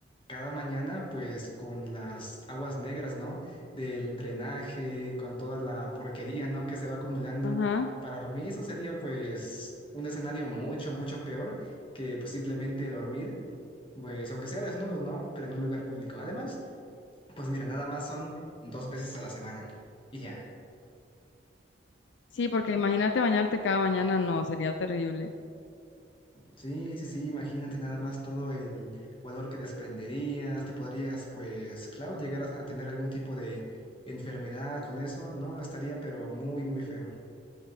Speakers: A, on the left; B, on the left.
A: cada mañana pues con las aguas negras, ¿no? Del drenaje, con toda la porquería, ¿no? Que se va acumulando.
B: Ajá.
A: Para mí eso sería pues un escenario mucho, mucho peor que pues simplemente dormir, pues aunque sea desnudo, ¿no? Pero en un lugar público. Además, pues mira, nada más son dos veces a la semana y ya.
B: Sí, porque imagínate bañarte cada mañana, no, sería terrible.
A: Sí, sí, sí, imagínate nada más todo el valor que desprenderías, te podrías, pues, claro, llegar a a tener algún tipo de enfermedad con eso, no, estaría pero muy, muy feo.